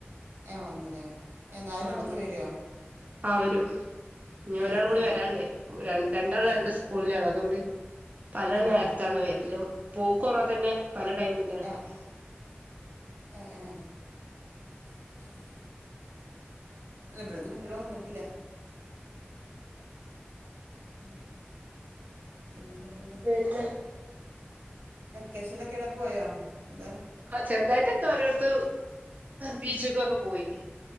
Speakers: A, on the right; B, on the right.
A: ഏ വന്നില്ലേ ഏ നാലര
B: ആഹ്
A: പത്ത് പേരോ
B: ആ വരൂ ഇ
A: ഏഹ്
B: ഒരാൾ കൂടി
A: ഏഹ്
B: വരാണ്ട് രണ്ടാൾ
A: ഏഹ്
B: രണ്ട് സ്കൂളിലാണ് അതുകൊണ്ട് പല
A: ആഹ്
B: നേരത്താണ് വരിലും പോക്കും അങ്ങ തന്നെ പല ടൈമിലാണ്
A: ഏ ഏ <inaudible> അെവിടന്നും കുട്ടികളെ വന്നിട്ടില്ല <inaudible> പിന്നെ എന്തൊക്കെയുണ്ട്
B: പിന്നെ
A: വെക്കേഷനൊക്കെ എവടെ പോയോ എന്താ
B: ആ ചെറുതായിട്ട് രോടുത്ത ബീച്ചക്കൊക്കെ പോയി